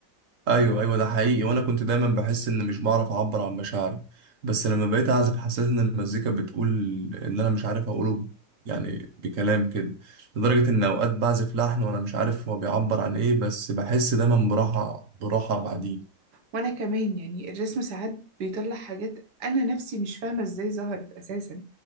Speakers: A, on the right (about 50°); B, on the right (about 65°).
A: ايوه ايوه ده حقيقي وانا كنت دايما بحس ان مش بعرف اعبر عن مشاعري بس لما بقيت اعزف حسيت ان المزيكا بتقول اللي انا مش عارف اقوله يعني بكلام كده لدرجة ان اوقات بعزف لحن وانا مش عارف هو بيعبر عن ايه بس بحس دايما براحة براحة بعدين
B: وانا كمان يعني الرسم ساعات بيطلع حاجات انا نفسي مش فاهمه ازاي ظهرت اساسا